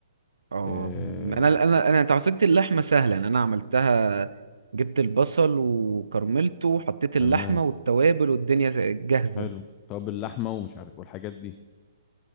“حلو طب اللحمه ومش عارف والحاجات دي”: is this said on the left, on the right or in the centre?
Left